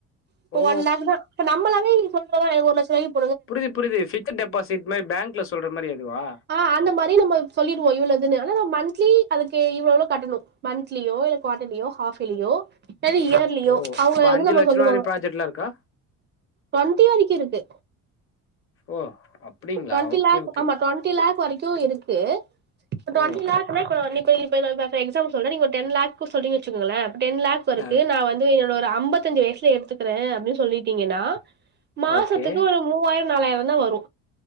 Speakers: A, on the right; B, on the left.
A: இப்ப
B: ஓ
A: ஒன் லாக்கு தா இப்ப நம்மளாவே <unintelligible> எனக்கு ஒரு லட்ச ரூவாய்க்கி
B: புரிது புரிது ஃபிக்ஸ்ட்டு டெபாசிட் மாரி பேங்க்ல சொல்ற மாரி அதுவா
A: ஆ அந்த மாரி நம்ம சொல்லிடுவோ இவ்வளோ இதுனு ஆனா மந்த்லி அதுக்கு இவ்ளோ இவளோ கட்டணு மன்த்லியோ இல்ல குவாட்டலியோ ஹாஃபேலியோ <unintelligible> த்திலியோ
B: ஓ
A: அவுங்க
B: அப்ப
A: வந்து
B: அஞ்சு
A: நம்ம
B: லட்ச
A: சொல்லுவாங்க
B: ரூபா வரை ப்ராஜெக்ட்லா இருக்கா
A: டொன்டி வரைக்கு இருக்கு
B: ஓ அப்டிங்களா
A: டொன்ட்டி
B: ஓகே
A: லாக்
B: ஓகே
A: ஆமா டொன்ட்டி லாக் வரைக்கு இருக்கு இப்ப டொன்ட்டி
B: ஓ
A: லாக் னா இப்ப நா நிப்ப இப்ப நா இப்ப எக்சாம்ப்ல் சொல்றே நீங்க ஒரு டென் லாக்கு சொல்றீங்கனு வச்சுக்கோங்களே டென் லாக் ப்ப இருக்கு
B: ஆ
A: நா வந்து என்னோர ஐம்பத்தஞ்சு வயசுல எடுத்துக்கறே அப்டின்னு சொல்லிட்டீங்கன்னா மாசத்துக்கு
B: ஓகே
A: ஒரு மூவாயிர நாலாயிர தா வரு